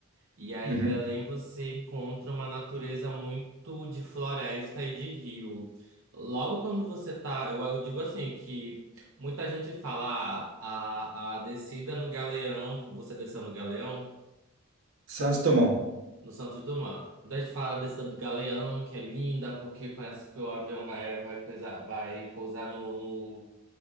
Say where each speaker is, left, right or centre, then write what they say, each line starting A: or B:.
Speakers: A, on the right; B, on the right.
A: E aí,
B: Uhum.
A: Belém, você encontra uma natureza muito de floresta e de rio. Logo quando você tá, eu, eu digo assim que muita gente fala ah, a, a descida no Galeão, você desceu no Galeão,
B: Santos Dumont.
A: no Santos Dumont. Muita gente fala a descida do Galeão, que é linda, porque parece que o avião vai, vai coisa, vai pousar no no-